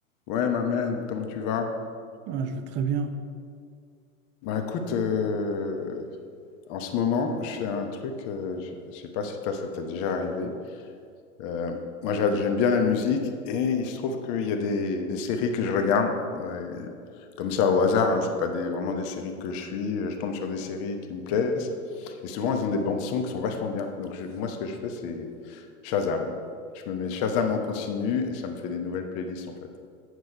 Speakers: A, on the left (about 40°); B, on the right (about 25°).
A: Ouais, ma man, comment tu vas?
B: Ah, je vais très bien.
A: Bah écoute, euh, en ce moment, je fais un truc, euh, je sais pas je sais pas si toi ça t'est déjà arrivé. Euh, moi j'a- j'aime bien la musique et il se trouve qu'il y a des, des séries que je regarde, ouais, comme ça au hasard, hein, c'est pas des, vraiment des séries que je suis, euh, je tombe sur des séries qui me plaisent et souvent elles ont des bandes sons qui sont vachement bien. Donc je- moi ce que je fais c'est Shazam. Je me mets Shazam en continu et ça me fait des nouvelles playlists en fait.